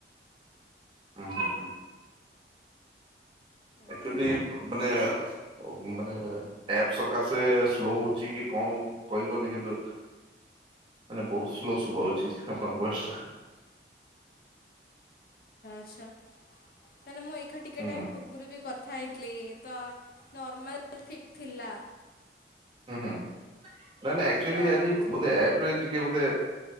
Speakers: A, on the right; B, on the left.
A: ଉଁ ହୁଁ ହୁଁ।
B: ଆଜ୍ଞା
A: ଆକ୍ଚୁଲି ମାନେ ମାନେ ଆପ୍ସ ସକାଶେ ସ୍ଲୋ ହୋଉଚି କି କଣ କହି ପାରୁନି କିନ୍ତୁ ମାନେ ବୋହୁତ ସ୍ଲୋ ଶୁଭା ହୋଉଚି ଆପଣଙ୍କ ଭଏସଟା।
B: ଆଛା ତାହାନେ ମୁଁ ଏଇ ଖା
A: ହୁଁ
B: ଟିକେ ଟାଇମ୍ ପୂର୍ବରୁ ବି କଥ ଥା ହେଇଥିଲି ତ ନର୍ମାଲ ଠିକ ଥିଲା।
A: ହୁଁ ହୁଁ। ନାଇଁ ନାଇଁ ଆକ୍ଚୁଲି
B: ତ
A: ଆଜି ବୋଧେରେ ଟିକେ ବୋଧେ